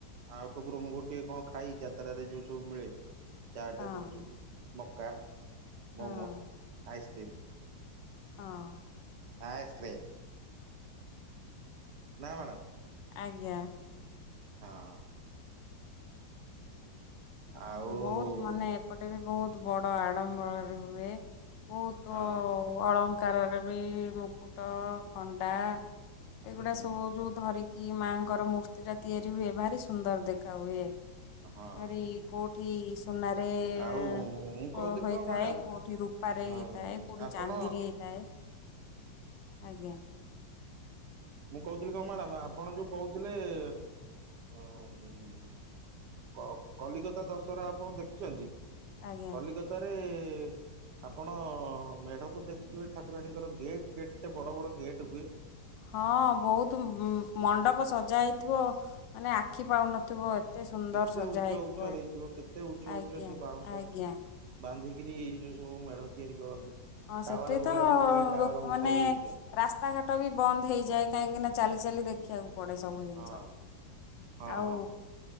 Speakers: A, on the right; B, on the left.
A: ଆଉ ଟକୁରୁ ମୁକୁରୁ ଟିକେ କଣ ଖାଇ, ଯାତ୍ରାରେ ଯୋଉ ସବୁ ମିଳେ, ଚାଟେ
B: ହଁ
A: ଗୁପ୍ ଚୁପୁ ମକା,
B: ହଁ।
A: ମମୋ, ଆଇସ୍କ୍ରିମ୍।
B: ହଁ।
A: ଆଏସ୍କ୍ର୍ରିମ୍। ନାଁ ମ୍ୟାଡ଼ାମ୍।
B: ଆଜ୍ଞା।
A: ହଁ, ଆଉ-ଉ
B: ବହୁତ ମାନେ ଏପଟେ ବି ବହୁତ ବଡ ଆଡମ୍ବରରେ ହୁଏ। ବହୁତ
A: ହଁ।
B: ଅଳଙ୍କାରରେ ବି ମୁକୁଟ, ଖଣ୍ଡା, ଏଇଗୁଡା
A: ହୁଁ
B: ସବୁ ଯୋଉ ଧରିକି କି ମାଆଙ୍କର ମୂର୍ତ୍ତି ଟା ତିଆରି ହୁଏ। ଭାରି ସୁନ୍ଦର ଦେଖା ହୁଏ।
A: ହଁ।
B: ଭାରି କୋଉଠି ସୁନାରେ-ଏ
A: ଆଉ ମୁଁ କହୁଥିଲି
B: ହେଇଥାଏ।
A: କଣ ମ୍ୟାଡ଼ାମ
B: କୋଉଠି ରୂପାରେ
A: ଉଁ
B: ହେଇଥାଏ। କୋଉଠି
A: ଆପଣ
B: ଚାନ୍ଦିରେ ହେଇଥାଏ। ଆଜ୍ଞା।
A: ମୁଁ କହୁଥିଲି କଣ ମ୍ୟାଡ଼ାମ୍? ଆପଣ ଯୋଉ କହୁଥିଲେ-ଏ ଉ-ଉ କ-କଲିକତା ଦଶହରା ଆପଣ ଦେଖିଛନ୍ତି।
B: ଆଜ୍ଞା
A: କଲିକତା ରେ-ଏ ଆପଣ ମେଢ଼ ତ ଦେଖିଥିବେ! ଠାକୁରାଣୀଙ୍କର ଗେଟ୍ ଗେଟ୍ଟେ ବଡ଼ ବଡ଼ ଗେଟ୍ ହୁଏ।
B: ହଁ, ବହୁତ ମଣ୍ଡପ ସଜା ହେଇଥିବ। ମାନେ ଆଖି ପାଉନଥିବ। ଏତେ ସୁନ୍ଦର
A: କେତେ
B: ସଜା
A: ଉଚ୍ଚ
B: ହେଇଥିବ।
A: ଉଚ୍ଚ କେତେ ଉଚ୍ଚ
B: ଆଜ୍ଞା,
A: ଉଚ୍ଚ ସେ ବାଉଁଶ
B: ଆଜ୍ଞା।
A: ବାନ୍ଧିକିରି ଯୋଉ ସବୁ ମେଢ ତିଆରି କରନ୍ତି।
B: ହଁ ସେଠି
A: ଟାୱାର
B: ତ
A: ଭଳିଆ ମୋବାଇଲ ଟାୱାର
B: ଲୋକମାନେ
A: ଠାରୁ ଉଚ୍ଚ।
B: ରାସ୍ତାଘାଟ ବି ବନ୍ଦ ହେଇଯାଏ କାହିଁକି ନା, ଚାଲି ଚାଲି ଦେଖ୍ ଖିଆକୁ ପଡେ, ସବୁ ଜିନିଷ।
A: ହଁ ହଁ
B: ଆଉ